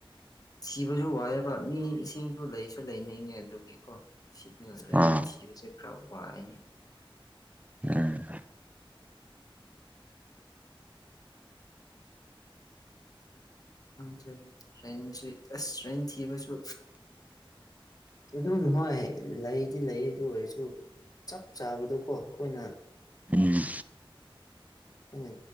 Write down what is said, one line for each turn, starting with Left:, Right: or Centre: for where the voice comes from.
Left: ꯁꯤꯕꯁꯨ ꯋꯥꯏꯑꯦꯕ ꯃꯤ ꯏꯁꯤꯡꯁꯨ ꯂꯩꯁꯨ ꯂꯩꯅꯤꯡꯉꯦ ꯑꯗꯨꯒꯤꯀꯣ ꯁꯤꯗꯔꯦꯟ
Right: ꯑꯥ
Left: ꯊꯤꯔ ꯆꯈ꯭ꯔꯥꯎꯏ
Right: ꯎꯝ
Left: ꯗꯦ꯭ꯔ ꯑꯁ ꯁ꯭ꯔꯦꯟ ꯊꯕꯁꯨ ꯑꯗꯨꯝ ꯍꯣꯏ ꯂꯩꯗꯤ ꯂꯩ ꯑꯗꯨ ꯑꯣꯏꯔꯁꯨ ꯆꯞ ꯆꯥꯕꯗꯨꯀꯣ ꯑꯩꯈꯣꯏꯅ
Right: ꯎꯝ
Left: ꯑꯗꯨ